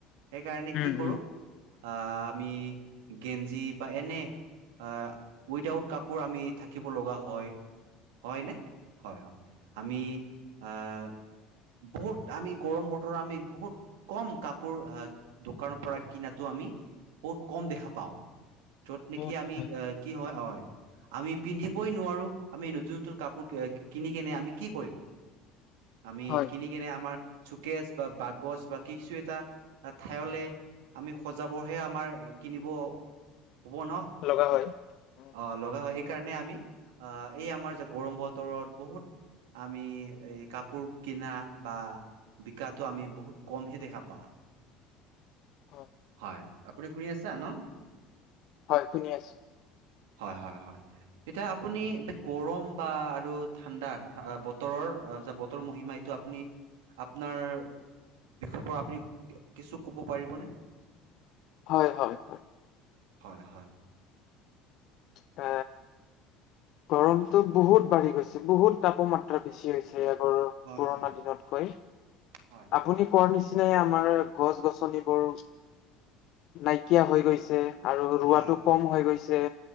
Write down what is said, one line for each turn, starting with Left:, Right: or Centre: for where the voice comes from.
Right: সেইকাৰণে
Left: উম
Right: কি কৰো
Left: উম
Right: অহ আমি গেঞ্জি বা এনে অহ উইদআউট কাপোৰ আমি থাকিব লগা হয় হয় নে? হয়, হয় আমি অহ বহুত আমি গৰম বতৰ আমি বহুত কম কাপোৰ অহ দোকানৰ পৰা কিনাত আমি বহুত কম দেখা পাওঁ। য'ত নেকি
Left: বহুত
Right: আমি
Left: হয়
Right: কি হয়, হয়? আমি পিন্ধিবই নোৱাৰো। আমি নতুন নতুন কাপোৰ কিনি কিনে আমি কি কৰিম? আমি
Left: হয়
Right: কিনি কিনে আমাৰ চুকেজ বা বাকচ বা কিছু এটা ঠাইলে আমি সজাবহে আমাৰ কিনিব হ'ব ন
Left: লগা হয়। উম
Right: অ' লগা হয়। এইকাৰণে আমি আহ এই আমাৰ গৰম বতৰত বহুত আমি এই কাপোৰ কিনা বা বিকাটো আমি বহুত কমহে দেখা পাওঁ।
Left: হয়
Right: হয়, আপুনি শুনি আছা ন?
Left: হয় শুনি আছো।
Right: হয়- হয়- হয়। এতিয়া আপুনি গৰম বা আৰু ঠাণ্ডা বতৰ য বতৰ মহিমা এইটো আপুনি আপোনাৰ বিষয়ৰ পৰা আপুনি কিছু ক'ব পাৰিবনে?
Left: হয়- হয়-হয়।
Right: হয়, হয়।
Left: এ গৰমতটো বহুত বাঢ়ি গৈছে। বহুত তাপমাত্ৰা বেছি হৈছে ইয়াত
Right: হয়
Left: পুৰণা
Right: হয়
Left: দিনতকৈ।
Right: হয়
Left: আপুনি
Right: হয়
Left: কোৱা নিচিনা নিচেই আমাৰ গছ গছনিবোৰ নাইকিয়া হৈ গৈছে। আৰু ৰোৱাটো
Right: হয় হয়
Left: কম হৈ গৈছে।